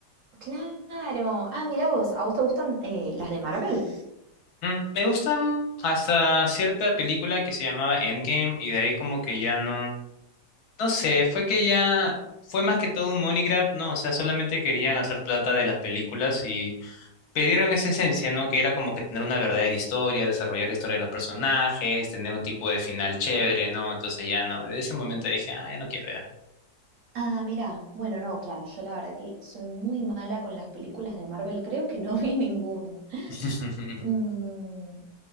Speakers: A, on the right; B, on the left.
A: Claro, ah, mira vos, ¿a vos te gustan eh, las de Marvel?
B: Mm, me gustan hasta cierta película que se llamaba Endgame y de ahí como que ya no, no sé, fue que ya fue más que todo un money grab, ¿no? O sea, solamente querían hacer plata de las películas perdieron esa esencia, ¿no? Que era como que tener una verdadera historia, desarrollar la historia de los personajes, tener un tipo de final chévere, ¿no? Entonces ya no, desde ese momento dije, ah, ya no quiero ya.
A: Ah, mira, bueno, no, claro, yo la verdad que soy muy mala con las películas de Marvel, creo que no vi ninguna.
B: <laughs>
A: Mm,